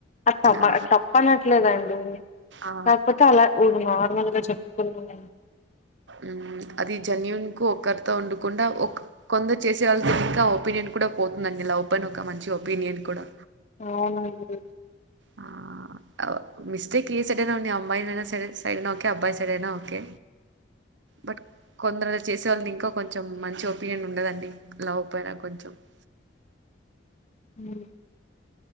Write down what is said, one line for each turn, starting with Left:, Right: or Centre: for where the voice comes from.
Left: అది తప్ప
Right: ఆ
Left: తప్పు అనట్లేదు అండి
Right: ఆ
Left: కాకపోతే అలా నార్మల్ గా చెప్పుకున్నా
Right: మ్మ్ అది జన్యూన్ కు ఒక్కరితో ఉండకుండా ఒక కొంద చేసే వాళ్ళకి ఇంకా ఒపీనియన్ కూడా పోతుందండి లవ్ పైన ఒక మంచి ఒపీనియన్ కూడా
Left: అవునండి
Right: ఆ అవు మిస్టేక్ ఏ సైడైనా ఉండి అమ్మాయి సడే సరే సైడ్ అయినా ఓకే అబ్బాయి సైడ్ అయినా ఓకే బట్ కొందరులు చేసే వాళ్ళని ఇంక కొంచెం మంచి ఒపీనియన్ ఉండదండి లవ్ పైన కొంచెం <inaudible>
Left: మ్మ్